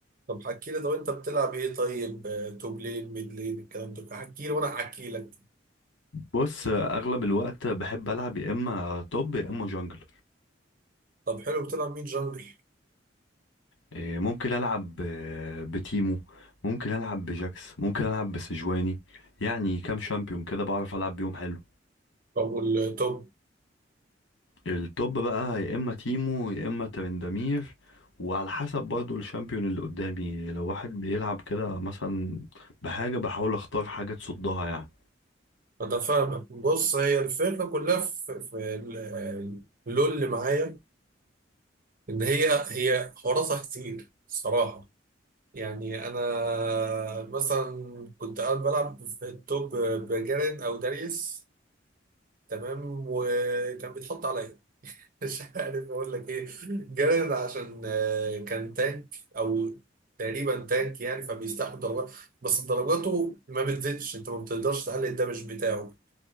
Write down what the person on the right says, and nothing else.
طب حكي لي طب انت بتلعب ايه طيب آه، توب لين ميد لين الكلام ده حكي لي وانا احكي لك
طب حلو بتلعب مين جنجل؟
طب والتوب
أنا فاهمك بص هي الفكرة كلها في, في ال- ال- اللول اللي معايا إن هي هي حواراتها كتير الصراحة يعني أنا مثلا كنت قاعد بلعب في التوب بجارين أو داريس تمام وكان بيتحط عليا <laughs> مش عارف أقول لك إيه جارين عشان آه، كان تانك أو تقريبا تانك يعني فبيستحمل ضربات بس ضرباته ما بتزيدش أنت ما بتقدرش تعلي الدمج بتاعه